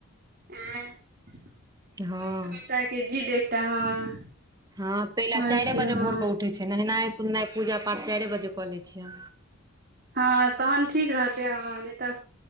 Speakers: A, on the right; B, on the right.
A: ओ होइ
B: हँ
A: छैय बच्चा के जीद एकटा हँ।
B: हँ ताहि लैए
A: होइ
B: चारिए
A: छै
B: बजे
A: हँ
B: भोर कऽ उठै छिय नहेनाइ सुनैनाइ पूजा पाठ चारिए बजे कऽ लैत छिय
A: हँ तहन ठीक रहते हॅं नहि तऽ